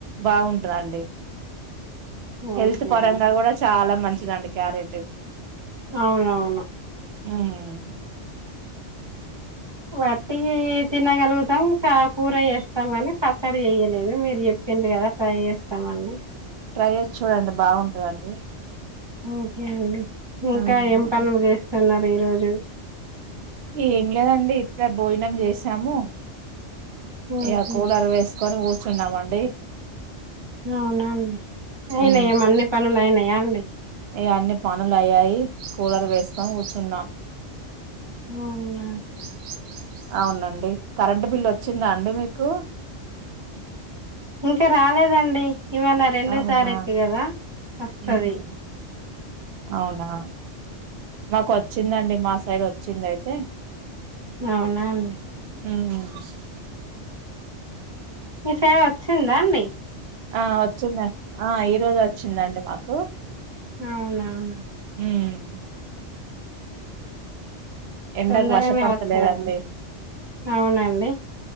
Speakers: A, on the right (about 65°); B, on the right (about 35°).
A: బాగుంటదండి
B: ఓకే
A: హెల్త్ పరంగా
B: అండి.
A: కూడా చాలా మంచిదండి క్యారెట్
B: అవునవును
A: హ్మ్.
B: వట్టివి తినగలుగుతాం కూర వేస్తాం గాని పచ్చడి చేయలేదే మీరు చె పెండ్లి కదా ట్రై చేస్తామండి
A: ట్రై చేసి చూడండి బాగుంటదండి
B: ఓకే అండి ఇంకా
A: హ్మ్.
B: ఏం పనులు చేస్తున్నారు ఈరోజు
A: ఏం లేదండి ఇప్పుడే భోజనం చేసాము
B: ఓకే.
A: ఇక కూలర్ వేస్ కొని కూర్చున్నామండి
B: అవునా అండి? అయినయా
A: మ్మ్
B: అన్ని పనులు అయినాయా అండి
A: ఇగ అన్ని పనులు అయ్యాయి కూలర్ వేసుకొని కూర్చున్నాం
B: అవునా
A: <unintelligible> అవునండి కరెంట్ బిల్ వచ్చిందా అండి మీకు?
B: ఇంకా రాలేదండి ఇవాళ రెండో
A: అవునా
B: తారీఖు కదా వస్తాది.
A: హుహు. అవునా, మాకు వచ్చిందండి మా సైడ్ వచ్చింది అయితే
B: అవునా అండి
A: మ్
B: మీ పేరు వచ్చిందాడి?
A: ఆ వచ్చింది. ఆ ఈ రోజే వచ్చిందండి మాకు.
B: అవునా అండి
A: మ్ ఎండకు
B: తొందరగానే
A: వర్షం పడతాలేదండి.
B: వచ్చారండి అవునండి